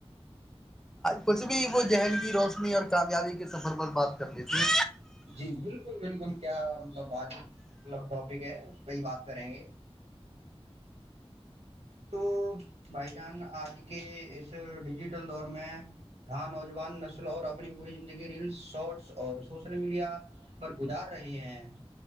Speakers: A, in the centre; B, on the right.
A: کچھ بھی وہ ذہن کی روشنی اور کامیابی کے سفر پر بات کر لیتے
B: جی بالکل بالکل کیا مطلب آج مطلب ٹاپک ہے پ ہی بات کریں گے تو بھائی جان آج کے اس ڈیجیٹل دور میں جاں نوجوان نسل اور اپنی پوری زندگی ریلس شارٹس اور سو سوشل میڈیا پر گزار رہے ہیں